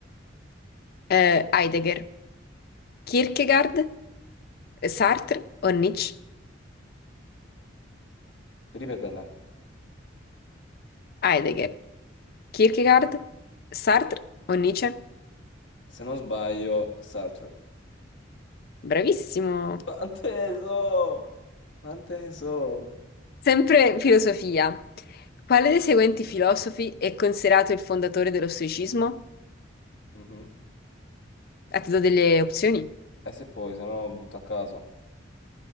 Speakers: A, on the left; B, on the left.
A: Eh, Heidegger, Kierkegaard, Sartre o Nietzsche?
B: Puoi ripeterla.
A: Heidegger, Kierkegaard, Sartre o Nietzsche?
B: Se non sbaglio, Sartre.
A: Bravissimo!
B: Quante ne so? Quante ne so?
A: Sempre filosofia. Quale dei seguenti filosofi è considerato il fondatore dello stoicismo?
B: Mhm.
A: Ah, ti do delle opzioni.
B: E se poi, se no, butto a caso.